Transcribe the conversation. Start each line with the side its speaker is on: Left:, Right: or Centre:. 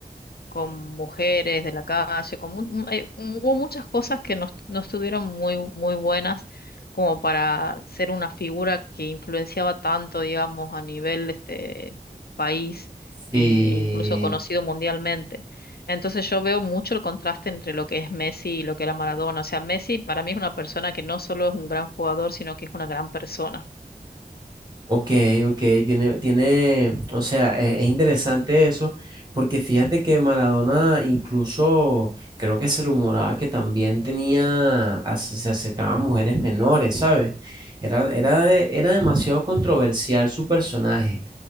Left: con mujeres de la calle, con mu- mu- eh, hubo muchas cosas que no, est- no estuvieron muy, muy buenas como para ser una figura que influenciaba tanto, digamos, a nivel este país
Right: Sí,
Left: y- e incluso conocido mundialmente. Entonces yo veo mucho el contraste entre lo que es Messi y lo que era Maradona. O sea, Messi para mí es una persona que no solo es un gran jugador, sino que es una gran persona.
Right: Ok, ok, tiene, tiene, o sea, e- es, interesante eso, porque fíjate que Maradona incluso creo que se rumoraba que también tenía, ac- se acercaba a mujeres menores, ¿sabes? Era, era, de- era demasiado controversial su personaje.